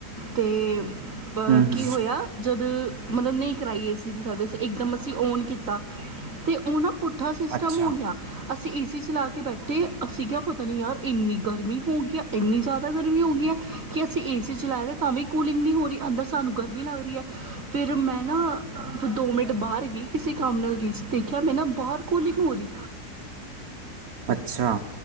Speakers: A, on the right; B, on the right.
A: ਤੇ ਆ,
B: ਹੂੰ ਹੂੰ
A: ਕੀ ਹੋਇਆਂ ਜਦ ਮਤਲਬ ਨਹੀਂ ਕਰਾਈ ਏਸੀ ਦੀ ਸਰਵਿਸ, ਇੱਕਦਮ ਅਸੀਂ ਔਨ ਕੀਤਾ ਤੇ ਉਹ ਨਾ ਪੁੱਠਾ ਸਿਸਟਮ
B: ਅੱਛਾ
A: ਹੋਗਿਆ। ਅਸੀਂ ਏਸੀ ਚਲਾ ਕੇ ਬੈਠੇ, ਅਸੀਂ ਕਿਹਾ ਪਤਾ ਨੀ ਯਾਰ ਏਨੀਂ ਗਰਮੀਂ ਹੋਗੀ ਆ। ਏਨੀ ਜ਼ਿਆਦਾ ਗਰਮੀ ਹੋ ਗਈ ਹੈ ਕਿ ਅਸੀਂ ਏ ਸੀ ਚਲਾਇਆ ਦਾ ਤਾਂ ਵੀ ਕੂਲਿੰਗ ਨੀਂ ਹੋ ਰੀ। ਅੰਦਰ ਸਾਨੂੰ ਗਰਮੀ ਲੱਗ ਰੀ ਐ। ਫਿਰ ਮੈਂ ਨਾ ਫਿਰ ਦੋ ਮਿੰਟ ਬਾਹਰ ਗਈ। ਕਿਸੇ ਕੰਮ ਨਾਲ ਗਈ ਸੀ, ਦੇਖਿਆ ਮੈਂ ਨਾ ਬਾਹਰ ਕੂਲਿੰਗ ਹੋ ਰੀ
B: ਅੱਛਾ।